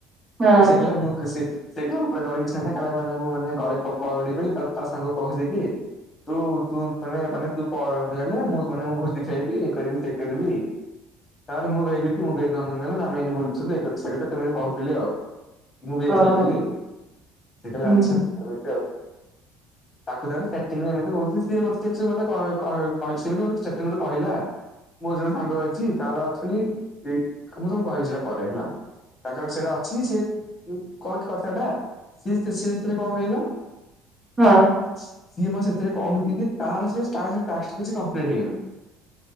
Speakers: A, on the right (about 25°); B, on the left (about 30°).
A: ହଁ
B: ସେ କହିଲା ମୁଁ ସେ -- ସେ କହିଲା ମୁଁ ପୁରା ଡରିକି ଛାନିଆଁ କାଳେ ମାନେ ମୁଁ ମାନେ ଗଳି ପ ପ ପଡିବି ତ ତା ସାଙ୍ଗ କହୁଚି କି ତୁ ତୁ ମାନେ ମାନେ ତୁ ପଡ ଡିଲେ। ମୁଁ ମାନେ ମୁଁ ଭୋଜି ଖାଇବି। ଇଏ କରିବି। ସିଏ କରିବି। ତାପରେ ମୁଁ କହଲିି କି, ମୁଁ ବି ଏ ନନ୍ଦନକାନନ ଆମେ ଏମିତି ବୁଲୁଥିଲୁ ଇଏ କରୁଥିଲୁ ସେ କଥା ତମୁକୁ କହୁଥିଲି ଆଉ। ମୁଁ ବି ଯାଇଥିଲି
A: ଓହୋ
B: ବେଲି। ସେ କହିଲା
A: ହୁଁ
B: ଆଚ୍ଛା ଏମିତି ଆଉ। <unintelligible> କହିଛି ସେ ଏମିତି ମତେ ଷ୍ଟାର୍ଟିଂରୁ କହିଲା। ମୋର ଜଣ ସାଙ୍ଗ ଅଛି। ତାର ଆଚୁଏଲି ମୁଁ ତମକୁ କହିବି ସେଇଟା ପରେ ହେଲା। ତାଙ୍କର ସେଇଟା ଅଛି। ସେ ଏ କଣ କି କଥା ଟା? ସିଏ ସ୍ତ୍ରୀ ସିଏ ସ୍ତ୍ରୀ କଣ କହିଲ?
A: ହଁ।
B: ସିଏ ମତେ ସେଥିରେ କହୁଛି କି, ତାର ସେ ଟ୍ୟାକ୍ସ ଟ୍ୟାକ୍ସ କିଛି କ୍ୟାମ୍ପ୍ଲିଟ୍ ହେଇନି।